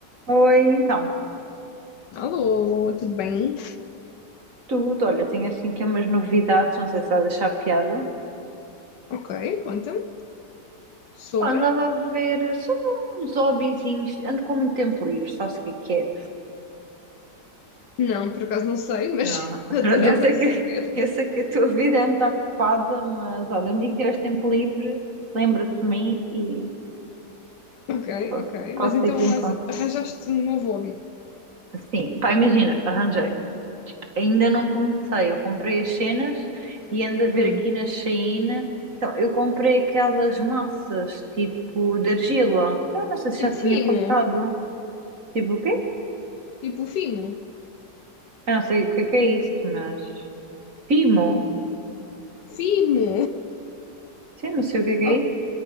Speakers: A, on the right (about 45°); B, on the left (about 75°).
A: Oi, então,
B: Alô, tudo bem?
A: tudo. Olha, tenho assim aqui umas novidades, não sei se vais achar piada.
B: Ok, conta-me. Sobre?
A: Pá, andava a ver sobre uns hobbyzinhos, ando com muito tempo livre, sabes o que é que é?
B: Não, por acaso não sei, mas
A: Não,
B: <laughs>
A: <laughs>
B: adorava
A: pronto, eu sei que,
B: saber.
A: eu sei que a tua vida é muito ocupada, mas olha, um dia que tiveres tempo livre, lembra-te de mim e
B: Ok,
A: posso,
B: ok.
A: posso
B: Mas então
A: ter aqui
B: mas
A: em con-
B: arranjaste um novo hobby.
A: Sim, pá, imagina, arranjei. Ainda não comecei. Eu comprei as cenas e ando a ver
B: Hum.
A: aqui na Shein. Então, eu comprei aquelas massas tipo de argila. Eu não sei se
B: Tipo
A: já tinha
B: Fimo.
A: contado. Tipo o quê?
B: Tipo Fimo.
A: Eu não sei o que é que é isso, mas. Pimo?
B: Fimo.
A: Sim, não sei o que é que é
B: O-
A: isso.